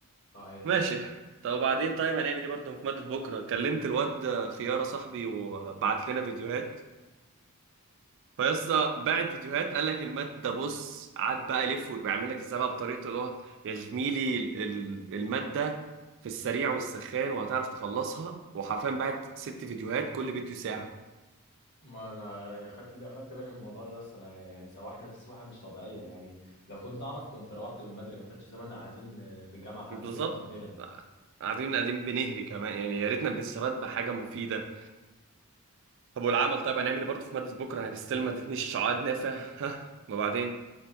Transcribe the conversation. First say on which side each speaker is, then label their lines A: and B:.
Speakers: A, on the left (about 50°); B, on the right (about 55°).
A: صحيح
B: ماشي طب وبعدين طيب هنعمل ايه برضه في ماده بكره كلمت الواد خياره صاحبي وبعت لنا فيديوهات فيسطا باعت فيديوهات قال لك الماد ده بص قعد بقى يلف ويعمل لك ازاي بقى بطريقته اللي هو يا زميلي ال- ال- الماده في السريع والسخان وهتعرف تخلصها وحرفيا باعت ست فيديوهات كل فيديو ساعه
A: ما انا خدت خدت بالي من الموضوع ده بس انا يعني سواحنا تسويحه مش طبيعيه يعني لو كنت اعرف كنت روحت من بدري ما كانش زماننا قاعدين في الجامعه لحد
B: بالظبط
A: دلوقتي بنرغي
B: قاعدين قاعدين بنهري كمان يعني يا ريتنا بنستفاد بحاجه مفيده طب والعمل طيب هنعمل ايه برضه في ماده بكره يعني ستيل ما ادتنيش عقد نافع ها وبعدين